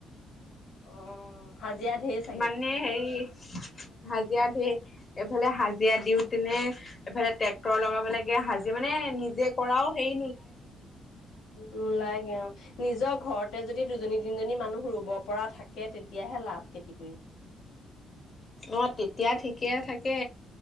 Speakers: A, on the left; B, on the left.
A: অ হাজিৰা ঢেৰ চাগে
B: মানে <inaudible> হাজিৰা ধেৰ এফালে হাজিৰা দিওঁ তেনে এফালে ট্ৰেক্টৰ লগাব লাগে, হাজিৰা মানে এ নিজে কৰাও সেই
A: নোলাইগে, আও। নিজৰ ঘৰতে যদি দুজনী তিনিজনী মানুহ ৰুব পৰা থাকে তেতিয়াহে লাভ খেতি কৰি।
B: <inaudible> অ', তেতিয়া ঠিকে থাকে